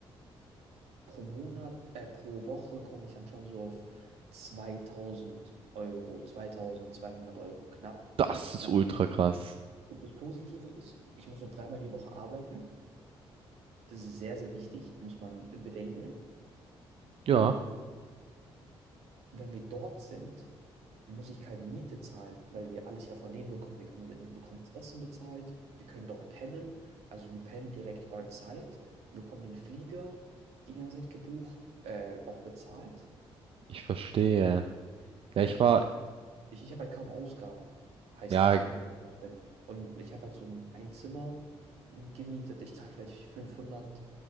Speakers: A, on the right; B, on the right.
A: pro Monat, äh, pro Woche komme ich dann schon so auf 2000 Euro, 2200 Euro knapp.
B: das ist
A: Natürlich,
B: ultra krass.
A: und das Positive ist, ich muss nur dreimal die Woche arbeiten. Das ist sehr, sehr wichtig, muss man bedenken. Und
B: Ja,
A: wenn wir dort sind, muss ich keine Miete zahlen, weil wir alles ja von denen bekommen. Wir bekommen, wir bekommen das Essen bezahlt, wir können dort pennen, also wir pennen direkt on-site, wir bekommen den Flieger die ganze Zeit gebucht, äh, auch bezahlt.
B: ich verstehe. Ja,
A: Weil,
B: ich
A: Also
B: war,
A: ich, ich, ich habe halt kaum Ausgaben, heißt
B: ja,
A: das, wenn ich dort bin. Und ich habe halt so ein, ein Zimmer mm, gemietet, ich zahle vielleicht 500